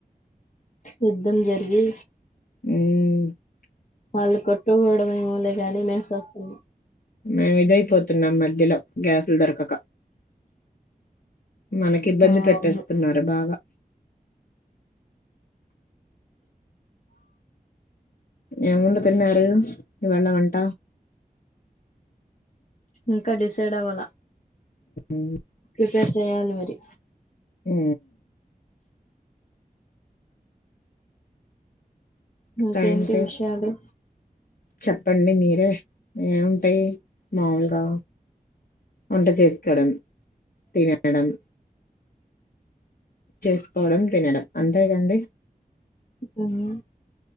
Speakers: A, on the left; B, on the left.
A: యుద్ధం జరిగి
B: అవు
A: వాళ్ళు కొట్టుకోవడం ఏమో లే ని మేము చూస్తున్నాం
B: మేము ఇదైపోతున్నాం మీ జలో గ్యాసిలు తెరకక మనకి ఇబ్బంది
A: ఆ
B: పెట్టేస్తున్నారు
A: అవును
B: బాగా ఏమొండుతున్నారు ఇవాళ వంట
A: ఇంకా డిసైడ్ అవ్వాల
B: ఈ
A: ప్రిపేర్ చెయాలి మరి
B: ఉ ఇంకా
A: ఇంకేంటి
B: ఏంటి
A: విషయాలు
B: చెప్పండి మీరే ఏముంటాయి మాములుగా వంట చేసుకోవడం తినడం చేసుకోవడం తినడం అంతేగాండి
A: ఉహూ